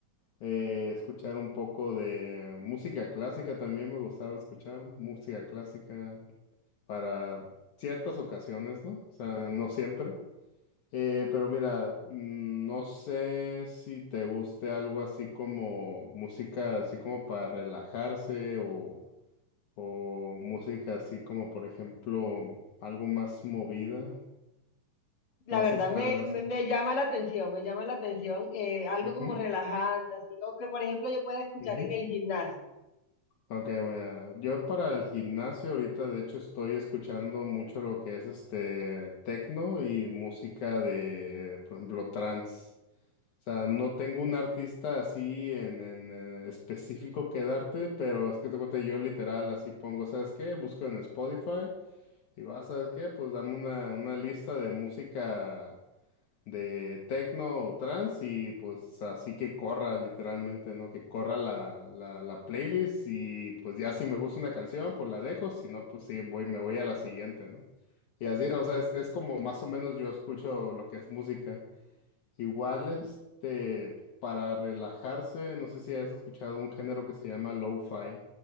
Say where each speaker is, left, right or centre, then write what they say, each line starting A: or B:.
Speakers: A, on the left (about 65°); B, on the left (about 40°).
A: eh, escuchar un poco de música clásica, también me gustaba escuchar música clásica para ciertas ocasiones, ¿no? O sea, no siempre. Eh, pero mira, mm, no sé si te guste algo así como música, así como para relajarse o, o música así como, por ejemplo, algo más movida,
B: La
A: más
B: verdad
A: espaldas.
B: me, me, me llama la atención, me llama la atención eh, algo
A: Ujú,
B: como relajante, así, o que por ejemplo yo pueda escuchar
A: ujú.
B: en el gimnasio.
A: Ok, bueno, yo para el gimnasio ahorita de hecho estoy escuchando mucho lo que es este tecno y música de, por ejemplo, trance. O sea, no tengo un artista así en, en, eh, específico que darte, pero es que te cuenta, yo literal así pongo, ¿sabes qué? Busco en Spotify, digo, ah, ¿sabes qué? Pues dame una, una lista de música de techno o trance y pues así que corra literalmente, ¿no? Que corra la, la, la playlist y pues ya si me gusta una canción, pues la dejo, si no, pues sí, voy, me voy a la siguiente, ¿no? Y así, o sea, es, es como más o menos yo escucho lo que es música. Igual, este, para relajarse, no sé si has escuchado un género que se llama lo-fi.